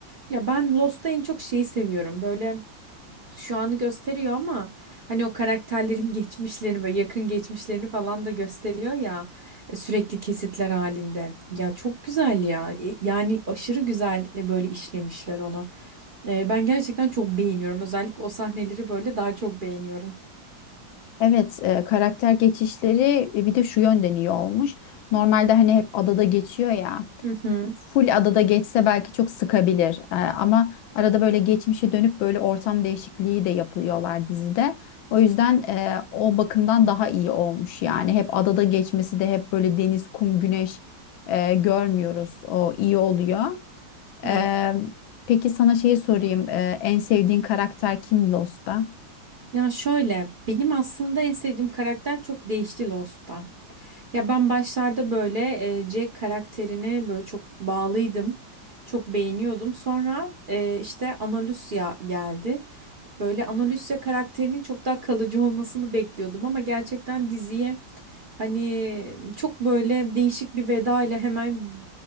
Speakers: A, on the right; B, on the left.
A: ya ben Lost'ta en çok şeyi seviyorum böyle şu anı gösteriyor ama hani o karakterlerin <laughs> geçmişlerini böyle yakın geçmişlerini falan da gösteriyor ya e, sürekli kesitler halinde. Ya çok güzel ya. E, Yani aşırı güzel e, böyle işlemişler onu. E, Ben gerçekten çok beğeniyorum. Özellikle o sahneleri böyle daha çok beğeniyorum.
B: Evet, e, karakter geçişleri e, bir de şu yönden iyi olmuş. Normalde hani hep adada geçiyor ya.
A: Hı hı.
B: full adada geçse belki çok sıkabilir. Ee, ama arada böyle geçmişe dönüp böyle ortam değişikliği de yapıyorlar dizide. O yüzden e, o bakımdan daha iyi olmuş. Yani hep adada geçmesi de hep böyle deniz, kum, güneş e, görmüyoruz. O iyi oluyor. Ee,
A: Evet.
B: peki sana şeyi sorayım. Ee, en sevdiğin karakter kim Lost'ta?
A: Ya şöyle benim aslında en sevdiğim karakter çok değişti Lost'ta. Ya ben başlarda böyle e, Jack karakterine böyle çok bağlıydım. Çok beğeniyordum. Sonra e, işte Ana Lucia geldi. Böyle Ana Lucia karakterinin çok daha kalıcı olmasını bekliyordum ama gerçekten diziye hani çok böyle değişik bir veda ile hemen